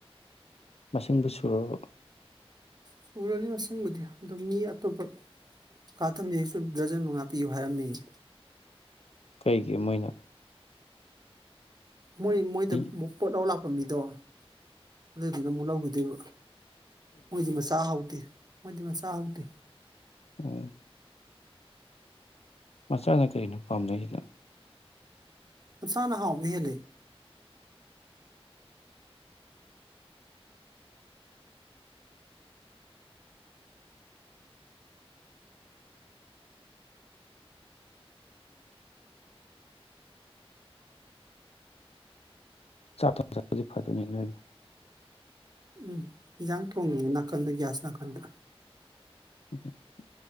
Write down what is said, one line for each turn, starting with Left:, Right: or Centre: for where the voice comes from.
Left: ꯃꯁꯤꯡꯕꯨ ꯁꯨꯔꯕ
Right: ꯁꯨꯔꯅꯤ ꯃꯁꯤꯡꯕꯨꯗꯤ ꯑꯗꯨ ꯃꯤ ꯑꯇꯣꯞꯄ <unintelligible> ꯗ꯭ꯔꯖꯟ ꯃꯉꯥ ꯄꯤꯌꯨ ꯍꯥꯏꯔꯝꯃꯦꯌꯦ
Left: ꯀꯩꯒꯤ ꯃꯣꯏꯅ
Right: ꯃꯣꯏ ꯃꯣꯏꯗ
Left: ꯏ
Right: ꯄꯣꯠ ꯂꯧ <unintelligible> ꯑꯗꯨꯗꯨꯅ ꯑꯃꯨꯛ ꯂꯧꯈꯤꯗꯣꯏꯕ ꯃꯣꯏꯗꯤ ꯃꯆꯥ ꯍꯥꯎꯗꯦ ꯃꯣꯏꯗꯤ ꯃꯆꯥ ꯍꯥꯎꯗꯦ
Left: ꯎꯝ ꯃꯆꯥꯅ ꯀꯔꯤꯅꯣ ꯄꯥꯝꯅꯩꯁꯤꯅ
Right: ꯃꯆꯥꯅꯥ ꯍꯥꯎꯕꯥ ꯍꯦꯜꯂꯦ
Left: <unintelligible>
Right: ꯎꯝ ꯌꯦꯟꯖꯥꯡ ꯊꯣꯡꯉꯤꯌꯦ ꯅꯥꯀꯟꯗ ꯒ꯭ꯌꯥꯁ ꯅꯥꯀꯟꯗ
Left: <unintelligible>